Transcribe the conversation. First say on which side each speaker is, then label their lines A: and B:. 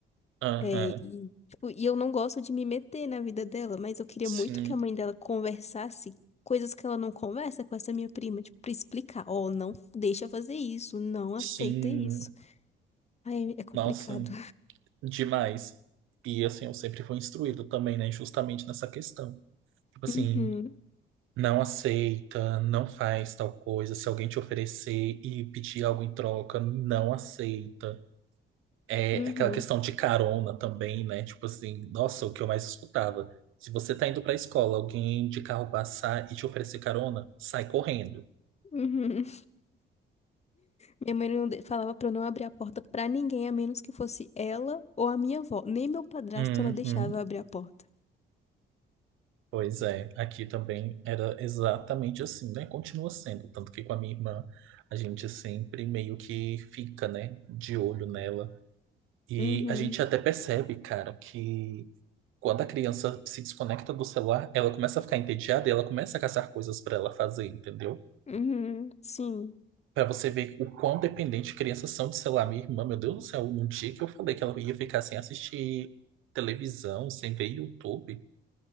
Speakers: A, on the right (about 90°); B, on the left (about 35°).
A: Aham.
B: É, e, tipo, e eu não gosto de me meter na vida dela, mas eu queria
A: Sim.
B: muito que a mãe dela conversasse coisas que ela não conversa com essa minha prima, tipo, pra explicar, ó, não deixa fazer isso, não aceita
A: Sim.
B: isso. Ai, é complicado.
A: Nossa, demais. E assim, eu sempre fui instruído também, né, justamente nessa questão. Tipo assim,
B: Uhum,
A: não aceita, não faz tal coisa. Se alguém te oferecer e pedir algo em troca, não aceita. É
B: uhum,
A: aquela questão de carona também, né? Tipo assim, nossa, o que eu mais escutava. Se você tá indo pra escola, alguém de carro passar e te oferecer carona, sai correndo.
B: uhum. Minha mãe não de- falava pra eu não abrir a porta pra ninguém, a menos que fosse ela ou a minha avó. Nem meu padrasto
A: Uhum.
B: ela deixava eu abrir a porta.
A: Pois é, aqui também era exatamente assim, né? Continua sendo, tanto que com a minha irmã a gente sempre meio que fica, né, de olho nela. E
B: Uhum,
A: a gente até percebe, cara, que quando a criança se desconecta do celular, ela começa a ficar entediada e ela começa a caçar coisas pra ela fazer, entendeu?
B: uhum, sim.
A: Pra você ver o quão dependente crianças são de celular. Minha irmã, meu Deus do céu, num dia que eu falei que ela ia ficar sem assistir televisão, sem ver YouTube,